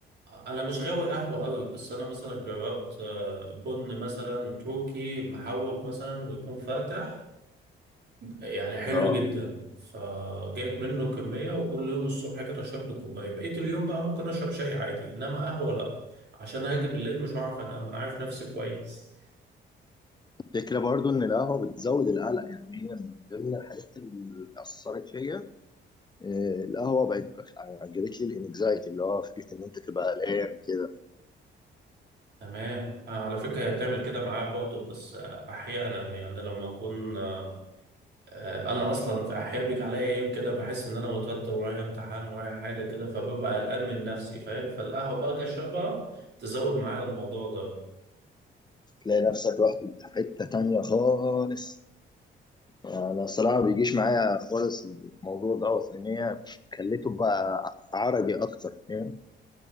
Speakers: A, on the right; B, on the left.
A: أنا مش غاوي قهوة أوي بس أنا مثلا جربت آه، بن مثلا تركي محوج مثلا ويكون فاتح يعني حلو
B: اه
A: جدا فجايب منه كمية وكل يوم الصبح كده اشرب لي كوباية بقيت اليوم بقى ممكن اشرب شاي عادي انما قهوة لا عشان هاجي بالليل مش هعرف انام انا عارف نفسي كويس
B: الفكرة برضو ان القهوة بتزود القلق يعني هي من ضمن الحاجات اللي أثرت فيا آه، القهوة بقت بخ- جابت لي الانكزايتي اللي هو فكرة إن أنت تبقى قلقان كده
A: تمام آه، على فكرة هي بتعمل كده معايا برضه بس آه، احيانا يعني لما اكون آه، آه، انا اصلا في احيان بيجي عليا يوم كده بحس ان انا متوتر ورايا امتحان ورايا حاجة كده فببقى قلقان من نفسي فاهم فالقهوة بقى اجي اشربها تزود معايا الموضوع ده
B: تلاقي نفسك رحت في حتة تانية خالص أنا الصراحة ما بيجيش معايا خالص الموضوع ده لأن هي خليته بقى عربي أكتر فاهم